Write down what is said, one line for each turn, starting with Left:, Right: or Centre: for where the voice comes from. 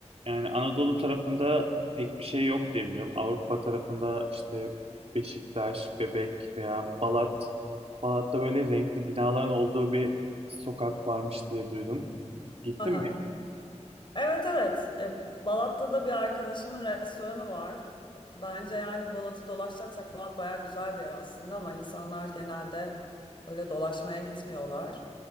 Right: yani Anadolu tarafında pek bir şey yok diye biliyorum. Avrupa tarafında işte Beşiktaş, Bebek veya Balat. Balat'ta böyle renkli binaların olduğu bir sokak varmış diye duydum. Gittin
Left: Aha.
Right: mi
Left: Evet evet. E, Balat'ta da bir arkadaşımın restoranı var. Bence yani Balat'ı dolaşacaksak Balat bayağı güzel bir yer aslında ama insanlar genelde öyle dolaşmaya gitmiyorlar.